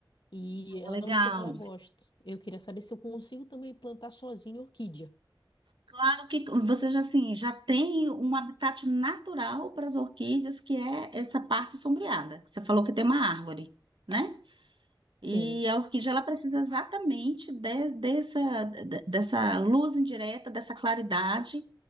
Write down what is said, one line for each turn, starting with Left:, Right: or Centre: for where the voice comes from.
Left: E
Right: Ah,
Left: ela,
Right: Legal.
Left: eu sei que ela gosta. Eu queria saber se eu consigo também plantar sozinha orquídea.
Right: Claro que você já assim, já tem um habitat natural para as orquídeas, que é essa parte sombreada. que Você falou que tem uma árvore, né? E
Left: Tenho.
Right: a orquídea ela precisa exatamente de- dessa de- dessa luz indireta, dessa claridade